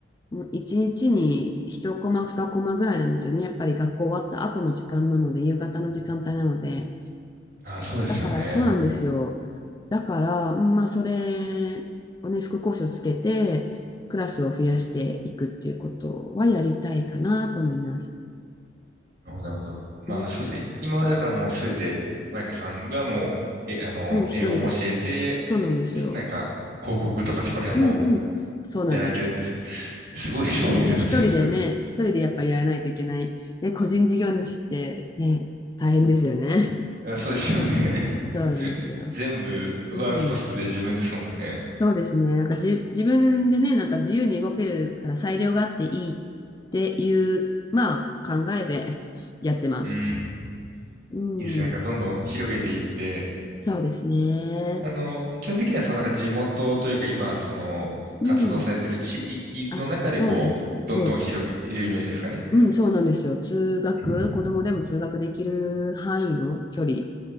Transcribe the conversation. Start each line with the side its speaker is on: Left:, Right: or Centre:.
Left: もう一日に一コマ、二コマぐらいなんですよね。やっぱり学校終わった後の時間なので、夕方の時間帯なので。
Right: ああ、そうですよね。
Left: だからそうなんですよ。だから、まあそれをね、副講師をつけて、クラスを増やしていくっていうことはやりたいかなと思います。
Right: なるほど、なるほど。まあ、
Left: うん、
Right: そうですね。今はだからもうすべて、マイカさんがもう、え、あの、
Left: うん、一人で。
Right: 英語も教えて、
Left: そうなんですよ。
Right: なんか、広告とかそこら辺も
Left: うんうん。そうなんです。
Right: やられてるんです。すごいですね。
Left: いや、
Right: でも全部。
Left: 一人でね、一人でやっぱりやらないといけない。ね、個人事業主ってね、大変ですよね。
Right: あ、そうですよね。
Left: そうなんですよ。
Right: <laughs> 全部、ワンストップで自分ですもんね。
Left: うん。そうですね。なんかじ、自分でね、なんか自由に動けるから裁量があっていいっていう、まあ、考えでやってます。
Right: うーん。
Left: うん。
Right: いいですね。なんか、どんどん広げていって、
Left: そうですね。
Right: あの、基本的にはそのなんか地元というか今、その活動されてる地域の中でこう、
Left: うん。あ、そうです。
Right: どんどん広げるイメージですかね。
Left: そう。うん、そうなんですよ。通学、
Right: うん
Left: 子供でも通学できる範囲の距離